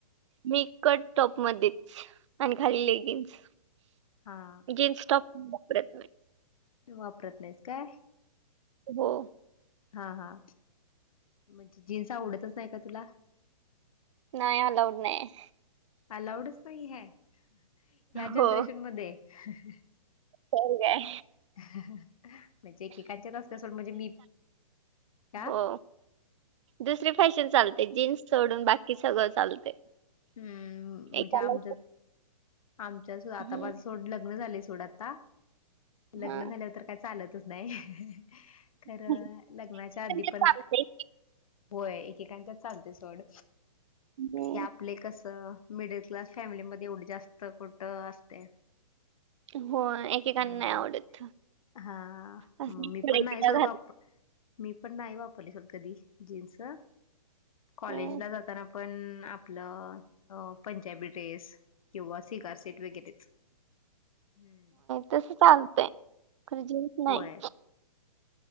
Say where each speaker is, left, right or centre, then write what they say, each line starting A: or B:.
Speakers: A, on the right; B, on the left.
A: मी, कट टॉपमध्येध्येच आणि खाली लेगिंग्स.
B: हा...
A: गेन <inaudible> स्टॉप प्रयत्न
B: वापरत नाहीस काय?
A: हो...
B: हा... हा.. म्हणजे जीन्स आवडतच नाही का तुला?
A: नाही, अलाऊड नाय हाय
B: अलाऊडच नाही. हाय ह्या जनरेशन
A: हो.
B: मध्ये ह...
A: तर काय.
B: ह... म्हणजेे <inaudible> <inaudible> कांच्या त असल्या सोड म्हणजे मी त्या
A: हा... दुसरी फॅशन चालते. जीन्स सोडून बाकी सगळं चालते.
B: हम्म... म्हणजे
A: एकाला
B: आमच्या आमच्या आता,
A: हं,
B: माझं सोड लग्न झाले सोडत. लग्न
A: हां.
B: झाल्या तर काय चालतच नाही. खरं...
A: एकेकांचं
B: लग्नाच्या आधी
A: चालते.
B: पण... होय, एकेकांच्या चालते सोड.
A: हं.
B: ह्या आपले कसं, मिडल क्लास फॅमिलीमध्येध्ये एवढे जास्त कुठं असते.
A: हो... एकेकांना
B: हम्म
A: नाही आवडत.
B: हा..
A: असं
B: मग ममी
A: इकडे
B: पण
A: तिकडे
B: नाही सोड
A: घाल
B: बा. मी पण नाही वापरली, सल कधी, जीन्स, कॉलेजला
A: हम्म.
B: जाताना, पण आ आपलं, पंजाबी ड्रेस किंवा सीगार सेट वगैरेच, हम्म.
A: तस चालतय, खजिन च नाही.
B: होय